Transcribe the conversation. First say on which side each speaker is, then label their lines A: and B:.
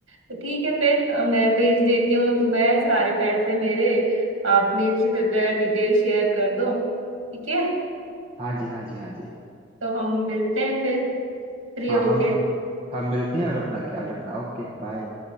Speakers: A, on the right; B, on the right.
A: तो ठीक है फिर अ, मैं भेज देती हूँ तुम्हें सारे पैसे मेरे अपनी डिटेल शेयर कर दो ठीक है
B: हाँ जी हाँ जी हाँ जी
A: तो हम मिलते हैं फिर फ्री
B: हाँ
A: होके
B: हम हम मिलते हैं और अपना ख्याल रखना ओके बाय